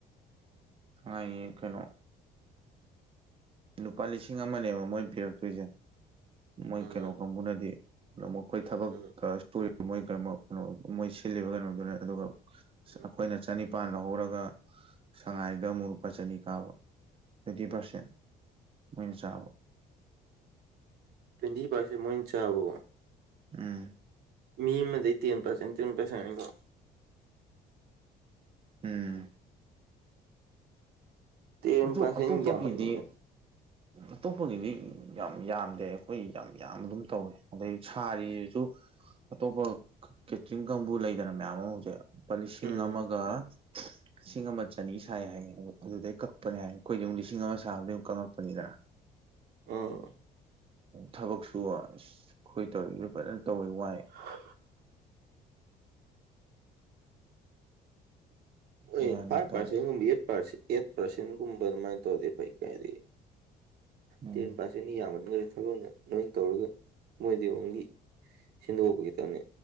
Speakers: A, on the right; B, on the right.
A: ꯁꯉꯥꯏꯒꯤ ꯀꯩꯅꯣ ꯂꯨꯄꯥ ꯂꯤꯁꯤꯡ ꯑꯃꯅꯦꯕ ꯃꯣꯏ ꯄꯤꯔꯛꯇꯣꯏꯁꯦ ꯃꯣꯏ
B: ꯎꯝ
A: ꯀꯩꯅꯣ ꯀꯥꯡꯕꯨꯅꯗꯤ ꯑꯩꯈꯣꯏ ꯊꯕꯛ
B: ꯎꯝ
A: ꯔꯤꯕ ꯃꯣꯏ ꯀꯩꯅꯣ ꯃꯣꯏ ꯁꯤꯜꯂꯤꯕ ꯀꯩꯅꯣꯗꯨꯅ ꯑꯗꯨꯒ
B: ꯎꯝ
A: ꯑꯩꯈꯣꯏꯅ ꯆꯅꯤꯡ ꯨꯄꯥꯥꯟ ꯂꯧꯍꯧꯔꯒ ꯁꯉꯥꯏꯗ ꯑꯃꯨꯛ ꯂꯨꯄꯥ ꯆꯅꯤ ꯀꯥꯕ ꯇ꯭ꯋꯦꯟꯇꯤ ꯄꯥꯔꯁꯦꯟ ꯃꯣꯏꯅ ꯆꯥꯕ
B: ꯄꯦꯟꯗꯤ ꯄꯥꯔꯁꯦꯟ ꯃꯣꯏ ꯆꯥꯕꯣ
A: ꯑꯝ
B: ꯃꯤ ꯑꯃꯗꯒꯤ ꯇꯦꯟ ꯄꯁ ꯇꯦꯟ ꯄꯥꯏꯁꯥꯅꯤꯀꯣ
A: ꯎꯝ
B: ꯇ
A: ꯑꯗꯨ
B: ꯄꯥꯔꯁꯦꯟ
A: ꯑꯇꯣꯞꯄꯒꯤꯗꯤ
B: ꯌꯥꯃꯟꯒꯔꯦꯗ
A: ꯑꯇꯣꯞꯄꯒꯤꯗꯤ ꯌꯥꯝ ꯌꯥꯝꯗꯦ ꯑꯩꯈꯣꯏ ꯌꯥꯝ ꯌꯥꯝꯕ ꯑꯗꯨꯝ ꯇꯧꯋꯦ ꯑꯗꯩ ꯁꯥꯔꯤꯁꯤꯁꯨ ꯑꯇꯣꯞꯄ ꯈ ꯀꯦꯇ꯭ꯔꯤꯡ ꯀꯥꯡꯒꯨ ꯂꯩꯗꯅ ꯃꯌꯥꯝ ꯑꯃ ꯍꯧꯖꯤꯛ ꯂꯨꯄꯥ ꯂꯤꯁꯤꯡ
B: ꯎꯝ
A: ꯑꯃꯒ ꯂꯤꯁꯤꯡ ꯑꯃ ꯆꯅꯤ ꯁꯥꯏ ꯍꯥꯏꯌꯦ ꯑꯗꯨ ꯑꯗꯨꯗꯩ ꯀꯛ ꯀꯄꯅꯤ ꯍꯥꯏꯔ ꯑꯩꯈꯣꯏꯗꯤ ꯑꯃꯛ ꯂꯤꯁꯤꯡ ꯑꯃ ꯁꯥꯕꯗ ꯑꯗꯨꯝ ꯀꯪꯉꯛꯄꯅꯤꯗꯅ
B: ꯑꯝ
A: ꯊꯕꯛꯁꯨ ꯑꯁ ꯑꯩꯈꯣꯏ ꯇꯧ ꯐꯖꯅ ꯇꯧꯋꯤ ꯋꯥꯏ
B: <unintelligible> <inaudible>
A: ꯒ꯭ꯌꯥꯟꯒ
B: ꯑꯦ ꯐꯥꯏꯚ
A: ꯇꯥꯗꯦ
B: ꯄꯥ꯭ꯔꯁꯦꯟꯒꯨꯝꯕ ꯑꯦꯠ ꯄ꯭ꯥꯔꯁ‌ꯦꯟ ꯑꯦꯠ ꯄꯥꯔꯁꯦꯟꯒꯨꯝꯕ ꯑꯗꯨꯃꯥꯏꯅ ꯇꯧꯔꯐꯩ ꯀꯥꯏꯗꯤ
A: ꯎꯝ
B: ꯇ‌ꯦꯟ ꯄꯥꯁ ꯆꯟꯅꯤ ꯌꯥꯝꯃꯟꯈ꯭ꯔꯦ ꯊꯥꯕꯛꯅ ꯅꯣꯏꯅ ꯇꯧꯔꯒ ꯃꯣꯏꯗꯤ ꯑ‌ꯣꯡꯂꯤ ꯁꯤꯟꯗꯣꯛꯄ ꯈꯛꯇꯪꯅꯦ